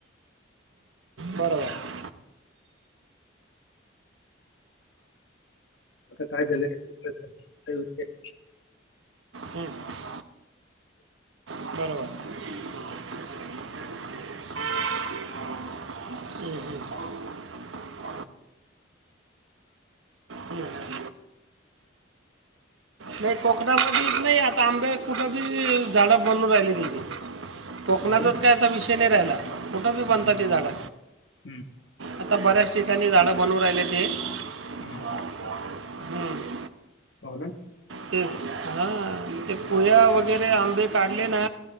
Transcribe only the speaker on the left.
आता काय झालंय <unintelligible>
हो ना?
हं,
हं,
<unintelligible>
पावनं